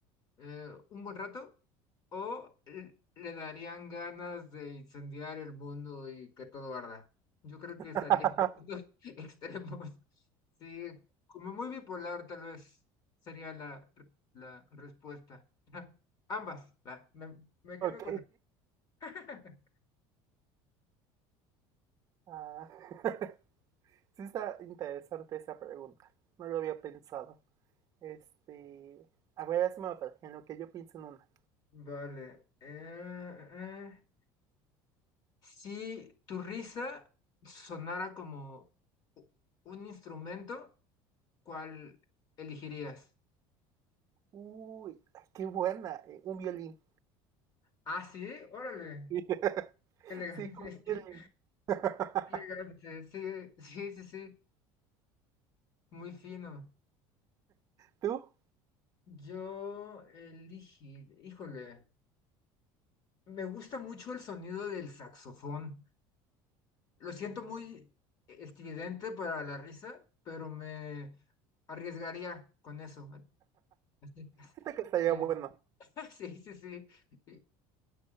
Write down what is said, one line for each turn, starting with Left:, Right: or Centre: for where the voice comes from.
Left: eh, un buen rato o l- le darían ganas de incendiar el mundo y que todo arda. Yo creo que
Right: <laughs>
Left: estaría en <laughs> los extremos. Sí, como muy bipolar tal vez sería la, r- la respuesta. <laughs> Ambas, va, me, me quedo
Right: Ok.
Left: con... la- <laughs>
Right: Ah, <laughs> sí está interesante esa pregunta. No lo había pensado. Este. A ver, hazme otra, en lo que yo pienso en una.
Left: Vale. eh, eh, Si tu risa sonara como u- un instrumento, ¿cuál elegirías?
Right: Uy, ay, qué buena. eh, un violín.
Left: Ah, sí, órale,
Right: <laughs>
Left: qué elegante,
Right: Sí, como un
Left: <laughs> sí.
Right: violín. <laughs>
Left: Elegante, sí, sí, sí, sí, muy fino.
Right: ¿Tú?
Left: Yo elegí, híjole, me gusta mucho el sonido del saxofón. Lo siento muy estridente para la risa, pero me arriesgaría con eso. Así,
Right: Siento que estaría
Left: Sí,
Right: bueno.
Left: <laughs> sí, sí. sí. I-